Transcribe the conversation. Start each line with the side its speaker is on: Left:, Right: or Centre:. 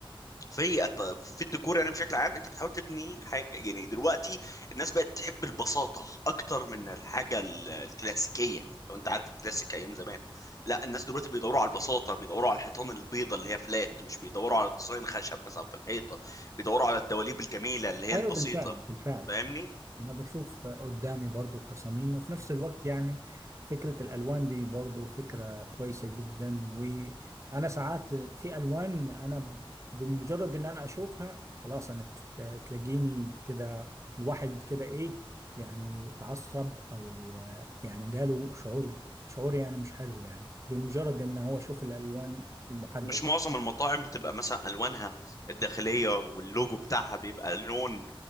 Left: في الت- في الديكور يعني بشكل عام انت بتحاول تبني حاجه يعني دلوقتي الناس بقت تحب البساطه اكتر من الحاجه ال- الكلاسيكيه لو انت عارف الكلاسيك ايام زمان لا الناس دلوقتي بيدوروا على البساطه بيدوروا على الحيطان البيضه اللي هي فلات مش بيدوروا على ديزاين خشب بس او في الحيطه بيدوروا على الدواليب الجميله اللي هي
Right: ايوه
Left: البسيطه
Right: بالفعل بالفعل
Left: فاهمني
Right: انا بشوف قدامي برضو التصاميم وفي نفس الوقت يعني فكرة الالوان دي برضو فكرة كويسة جدا وانا ساعات في الوان انا ب- بمجرد ان انا اشوفها خلاص انا ت- تلاقيني كده الواحد كده ايه يعني اتعصب او آه، يعني جاله شعور شعور يعني مش حلو يعني بمجرد ان هو شوف الالوان المحددة
Left: مش معظم المطاعم بتبقى مثلا الوانها الداخليه واللوجو بتاعها بيبقى لون